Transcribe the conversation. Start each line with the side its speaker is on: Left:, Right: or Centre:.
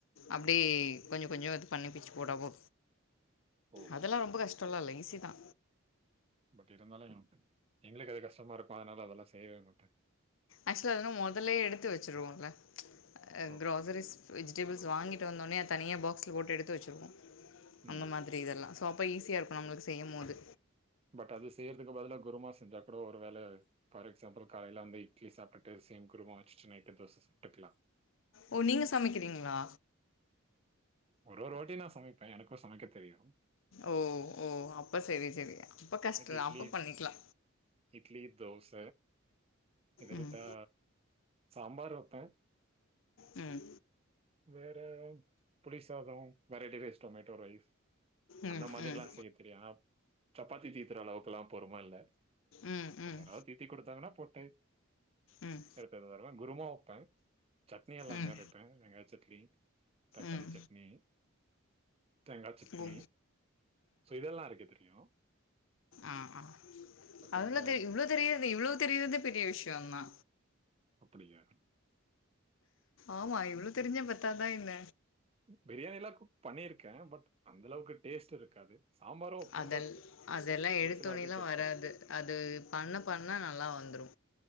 Left: அப்டே கொஞ்சே கொஞ்சோ இது பண்ணி பிச்சு போடவோ
Right: ஓ!
Left: அதெல்லா ரொம்ப கஷ்டோலால்ல ஈசிதா
Right: பட் இருந்தாலு எங்களுக்கு அது கஷ்டமாருக்கு அதனால அதெல்லா செய்யவே மாட்டே
Left: ஆக்சுவல அதலா மொதலயே எடுத்து வச்சருவோம்ல அ
Right: ஓ!
Left: கிரோசரிஸ் வெஜிடபிள்ஸ் வாங்கி ட்டு வந்தோனயே அத தனியா பாக்ஸ்ல போட்டு எடுத்து வச்சிருவோ
Right: ம்.
Left: அந்த மாத் திரி இதெல்லா சோ அப்ப ஈஸியா இருக்கு நம்மளுக்கு செய்யும் போது
Right: பட் அது செய்யறதுக்கு பதிலா குருமா செஞ்சா கூட ஒரு வேல ஃபார் எக்ஸாம்பிள் காலையில அந்த இட் இட்லி சாப்டுட்டு சேம் குருமா வச்சுட்டு நைட்டு தோச சாப்டுக்கலா
Left: ஓ நீங்க சமைக்கிறீங்களா
Right: ஒரு ஒரு வாட்டி நா சமைப்பே எனக்கு சமைக்க தெரியு
Left: ஓ ஓ அப்ப செரி செரி அப்ப கஷ்டோ
Right: எனக்கு
Left: தா
Right: இட்லி
Left: அப்ப பண்ணிக்கலா
Right: இட்லி தோச இத
Left: ம்
Right: விட்டா சம்பார் வப்ப
Left: ம்
Right: வேற புளி சாதோ வெரைட்டி ரைஸ் டொமேட்டோ ரைஸ்
Left: ம்
Right: அந்த மாதிரியெல்லா
Left: ம்
Right: செய்ய தெரியு சப்பாத்தி தீத்துற அளவுக்கெல்லா பொருமல்ல
Left: ம்
Right: பட்
Left: ம்
Right: யாராவது தீத்தி குடுத்தாங்கன்னா போட்டு
Left: ம்
Right: எடுத்ததுருலா குருமா வைப்பே சட்னி எல்லாமே
Left: ம்
Right: அரைப்பே வெங்காயே சட்னி தக்காளி
Left: ம்
Right: சட்னி தேங்காய் சட்னி
Left: ஓ
Right: சோ இதெல்லா அரைக்க தெரியு
Left: ம் ம் ஆ அதெல்லா
Right: இந்த
Left: தெரியு இவ்ளோ தெரியிரறதே இவ்ளோவு தெரியிறதே பெரிய விஷ்யோ தா
Right: அப்பிடியா
Left: ஆமா இவ்ளோ தெரிஞ்சா பத்தாதா என்ன
Right: பிரியாணில்லா குக் பண்ணியிருக்கே பட் அந்தளவுக்கு டேஸ்ட்ருக்காது சாம்பாரு வெப்பே
Left: அதல்
Right: பட்
Left: அதெல்லா எடுத்த
Right: ஒரு சில
Left: ஒடனேலா
Right: வாட்டி டேஸ்ட்
Left: வராது அது பண்ண பண்ண நல்லா வந்துரு